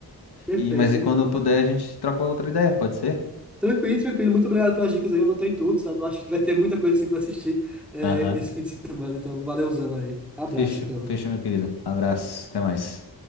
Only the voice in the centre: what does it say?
Perfeito,
então.
Tranquilo, tranquilo. Muito obrigado pelas dicas aí. Eu anotei tudo, sabe? Eu acho que vai ter muita coisa assim pra assistir eh,
esse fim de semana. Então, valeuzão aí. Abraço,
então.